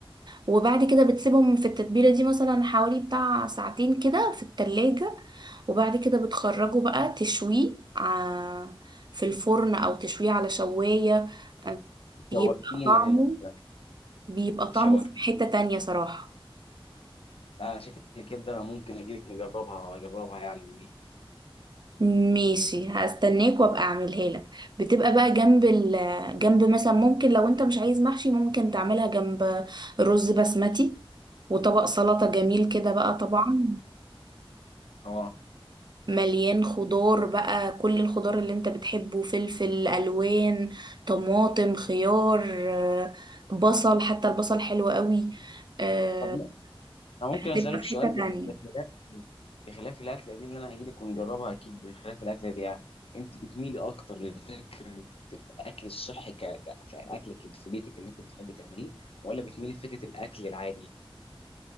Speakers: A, on the right; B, on the left.
A: وبعد كده بتسيبهم في التتبيلة دي مثلا حوالي بتاع ساعتين كده في التلاجة وبعد كده بتخرجه بقى تشويه ع- في الفرن او تشويه على شواية آه، بيبقى
B: شوقتيني
A: طعمه
B: للأكلة
A: بيبقى
B: أنت
A: طعمه
B: شوقتيني
A: في حتة تانية صراحة
B: لا، أنا شكلي كده ممكن أجيلك نجربها أجربها يعني من إيدك
A: ماشي هستناك وابقى اعملها لك بتبقى بقى جنب ال جنب مثلا ممكن لو انت مش عايز محشي ممكن تعملها جنب رز بسمتي وطبق سلطة جميل كده بقى طبعا
B: أه
A: مليان خضار بقى كل الخضار اللي انت بتحبه فلفل الوان طماطم خيار آه، بصل حتى البصل حلو قوي آه،
B: طب أنا ممكن
A: هتبقى
B: أسألك
A: في
B: سؤال
A: حتة
B: بخ-
A: تانية
B: بخلاف بخلاف الأكلة دي اللي أنا هجيلك ونجربها أكيد بخلاف الأكلة دي يعني أنت بتميلي أكتر لفكرة الأكل الصحي ك... ك... كأكل في بيتك اللي أنت بتحبي تعمليه ولا بتميلي لفكرة الأكل العادي